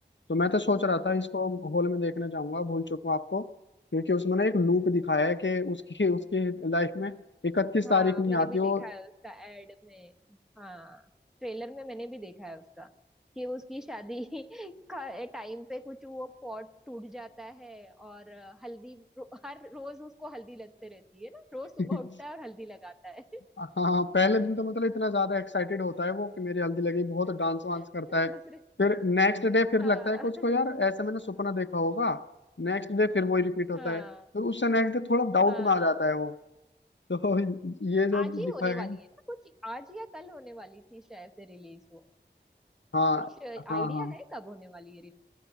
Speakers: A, on the left (about 75°); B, in the centre.
A: तो मैं तो सोच
B: हम्म
A: रहा था इसको हॉल में देखने जाऊंगा भूल चूक माफ को क्योंकि उसमें ना एक लूप दिखाया है कि उसकी उसकी लाइफ में इकतीस
B: हाँ
A: तारीख नहीं
B: मैंने
A: आती
B: भी देखा
A: वो
B: है उसका एड में हाँ ट्रेलर में मैंने भी देखा है उसका कि उसकी शादी <laughs> का टाइम पे कुछ वो पॉट टूट जाता है और हल्दी रो, हर रोज उसको हल्दी लगते रहती है ना रोज सुबह
A: <laughs>
B: उठता है और हल्दी लगाता है
A: हाँ पहले दिन तो मतलब इतना ज्यादा एक्साइटेड होता है वो कि मेरी हल्दी लगी बहुत डांस
B: <laughs>
A: वांस करता है
B: दूसरे
A: फिर नेक्स्ट डे फिर
B: हाँ
A: लगता है कि उसको यार ऐसे मैंने सपना देखा होगा नेक्स्ट डे फिर वही रिपीट होता
B: हाँ
A: है फिर उससे नेक्स्ट डे थोड़ा डाउट
B: हाँ
A: में आ जाता है वो तो ये जो
B: आज ही
A: दिखाएगा
B: होने वाली
A: ना
B: है ना कुछ आज या कल होने वाली थी शायद से रिलीज वो
A: हाँ
B: कुछ आइडिया
A: हाँ हाँ
B: है कब होने वाली है